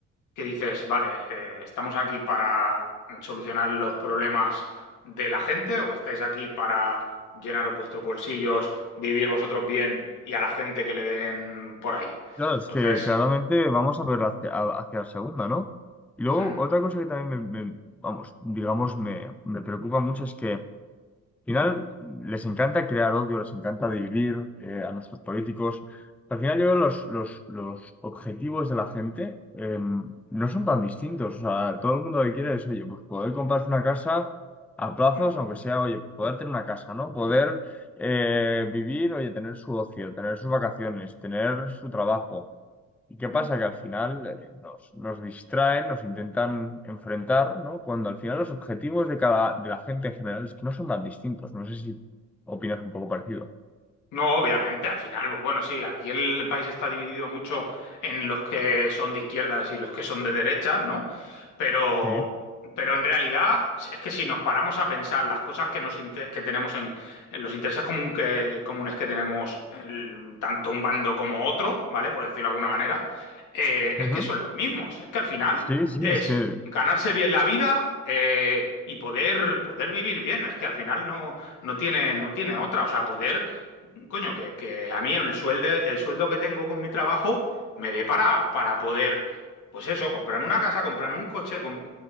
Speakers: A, on the left; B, in the centre.
A: que dices, vale, eh, ¿estamos aquí para solucionar los problemas de la gente o estáis aquí para llenaros vuestros bolsillos, vivir vosotros bien y a la gente que le den por ahí?
B: Claro, es
A: Entonces,
B: que claramente vamos a ver hacia, a- hacia la segunda, ¿no? Y luego
A: hmm,
B: otra cosa que también me, me- vamos, digamos, me, me preocupa mucho es que Al final, les encanta crear odio, les encanta dividir eh, a nuestros políticos. Al final, yo creo que los, los, los objetivos de la gente eh, no son tan distintos. O sea, todo el mundo lo que quiere es, oye, pues poder comprarse una casa a plazos,
A: hmm,
B: aunque sea, oye, pues poder tener una casa, ¿no? Poder eh, vivir, oye, tener su ocio, tener sus vacaciones, tener su trabajo. ¿Y qué pasa?
A: hmm.
B: Que al final eh, nos, nos distraen, nos intentan enfrentar, ¿no? Cuando al final los objetivos de cada, de la gente en general es que no son tan distintos. No sé si opinas un poco parecido.
A: No, obviamente, al final, pues bueno, sí, aquí el país está dividido mucho en los que son de izquierdas y los que son de derechas, ¿no? Pero,
B: Sí.
A: pero en realidad, si- es que si nos paramos a pensar las cosas que nos inte- que tenemos en, en los intereses común que- comunes que tenemos el- tanto un bando como otro, ¿vale? Por decirlo de alguna manera, eh,
B: Ujú.
A: es que son los mismos. Es que al final
B: Sí, sí,
A: es
B: es que,
A: ganarse bien la vida eh, y poder, poder vivir bien. Es que al final no, no tiene, no tiene otra. O sea, poder. Coño, que, que a mí el sueldo, el sueldo que tengo con mi trabajo me dé para, para poder, pues eso, comprarme una casa, comprarme un coche, com-